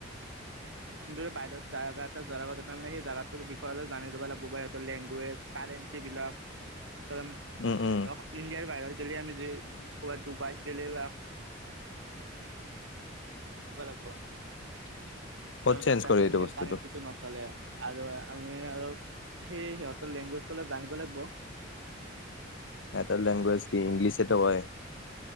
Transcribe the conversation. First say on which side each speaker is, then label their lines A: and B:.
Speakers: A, on the right; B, on the left.
A: তই বাহিৰত জায়গাত তাৰ মানে সেই জাগাটোৰ বিষয়ে অলপ জানি ল'ব লাগব সিহৰ লেংগুৱেজ কাৰেঞ্চি বিলাক কাৰ ইণ্ডিয়াৰ
B: উম উম
A: ভাহিৰত গেলে আমি কবা ডুবাইত গেলে বা <unintelligible>
B: ক'ত
A: কাৰণ
B: চেঞ্জ
A: তাতে
B: কৰে
A: আমাৰ
B: এইটো
A: ইণ্ডিয়ান
B: বস্তুটো
A: কাৰেনছিটো নচষ্টলে আৰু আমি অলপ সেই সিহঁতৰ লেংগুৱেজটো অলপ জানিব লাগিব
B: এটাৰ লেংগুৱেজ কি ইংলিছ এটো হয়